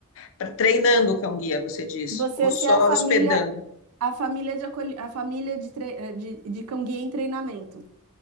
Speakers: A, on the left; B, on the right.
A: Pra- Treinando o cão-guia, você diz.
B: Você
A: Ou só
B: ser a família,
A: hospedando.
B: a família de acolhi, a família de, tre- eh, de, de cão guia em treinamento.